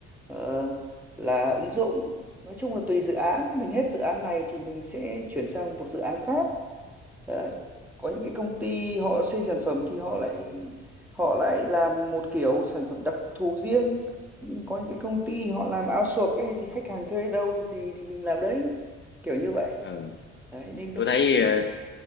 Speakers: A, in the centre; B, on the left.
A: ờ, là ứng dụng. Nói chung là tùy dự án, mình hết dự án này thì mình sẽ chuyển sang một dự án khác. Đấy. Có những cái công ty họ xây sản phẩm thì họ lại họ lại làm một kiểu sản phẩm đặc thù riêng. Nhưng có những cái công ty họ làm outsource ấy thì khách hàng thuê đâu gì thì mình làm đấy. Kiểu như vậy.
B: ừ.
A: Đấy nên nó
B: Tôi
A: cũng
B: thấy ờ,